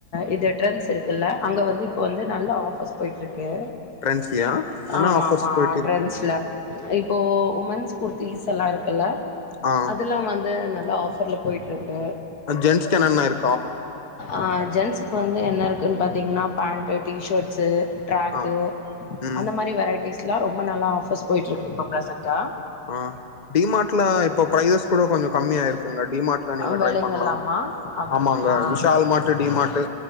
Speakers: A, on the left; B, on the left.
A: இது ட்ரெண்ட்ஸ் இருக்குல்ல அங்க வந்து இப்பொ வந்து நல்ல ஆஃபர்ஸ் பொய்ட்ருக் கு
B: ட்ரெண்ட்ஸ்லயா ஏன்னா
A: ஆமா
B: ஆஃபர்ஸ்
A: ஆமா
B: போயிட்டு இருக்கு
A: ட்ரெண்ட்ஸ்ல இப்ப உமன்ஸ் குர்தீஸல்லா இருக்குல்ல
B: ஆ
A: அதுல்லா வந்து நல் ல ஆஃபர்ல்ல பொயிட்ருக்கு
B: அன்ஜென்ட்ஸ்க் என்னென்ன இருக்
A: ஆஹ் ஜென்ஸுக்கு வந்து என்ன இருக்குன் பாத் திங்னா பேண்ட்டு டீஷேர்ட்ஸு ட்ரேக்கு
B: ஆ ம்
A: அந்த மாரி வெரைட்டிஸ் ட்லா ரொம்ப நாளா ஆஃபர்ஸ் பொயிட்ருக்கு இப்ப ப்ரசெண்ட்டா
B: ஆஹ் டிமார்ட்ல இப்பொ ப்ரையஸ் கூட கொஞ்சொ கம்மியாயிருக்குங்க டிமார்ட் த நீங்க
A: விலைங்கள்லாமா
B: ட்ரை பண்லா
A: அப்டிங்களா
B: ஆமாங்க விஷால் மாட்டு டிமா மாட்டு